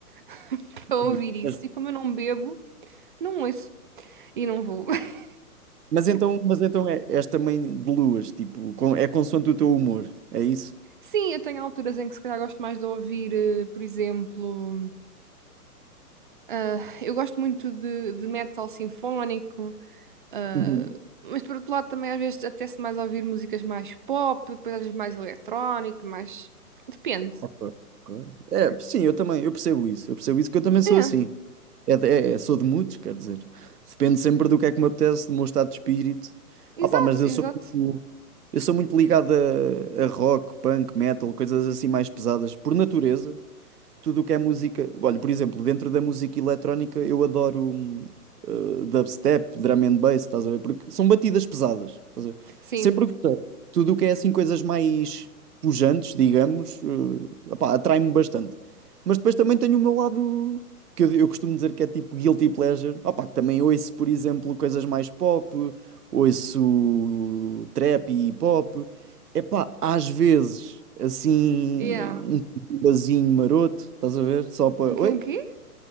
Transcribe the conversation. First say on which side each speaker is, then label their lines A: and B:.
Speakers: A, on the right (about 35°); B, on the right (about 75°).
A: <laughs> para ouvir
B: uhum.
A: isso.
B: É justo.
A: E como eu não bebo, não ouço e não vou. <laughs>
B: Mas então, mas então é, és também de luas, tipo, com- é consoante o teu humor, é isso?
A: Sim, eu tenho alturas em que se calhar gosto mais de ouvir, eh, por exemplo, ah, eu gosto muito de, de metal sinfónico, ah,
B: Uhum.
A: mas por outro lado também às vezes apetece mais ouvir músicas mais pop, depois às vezes mais eletrónico, mais. Depende.
B: Ok, ok. É, sim, eu também, eu percebo isso. Eu percebo isso que eu também sou
A: É.
B: assim. É, de- é- é- sou de muitos, quer dizer. Depende sempre do que é que me apetece, do meu estado de espírito.
A: Exato,
B: Ah, pá, mas eu
A: exato.
B: sou muito, eu sou muito ligado a, a rock, punk, metal, coisas assim mais pesadas, por natureza tudo o que é música. Olha, por exemplo, dentro da música eletrónica eu adoro hum, uh, dubstep, drum and bass, estás a ver? Porque são batidas pesadas, estás a ver?
A: Sim.
B: Sempre gostei. Tudo o que é assim coisas mais pujantes, digamos, uh, opá, atrai-me bastante. Mas depois também tenho o meu lado que eu, eu costumo dizer que é tipo guilty pleasure, opá, que também ouço, por exemplo, coisas mais pop, ouço trap e hip hop. Epá, às vezes, assim,
A: Yeah.
B: um um basinho maroto, estás a ver? Só para.
A: Um quê?
B: Oi?
A: Um quê?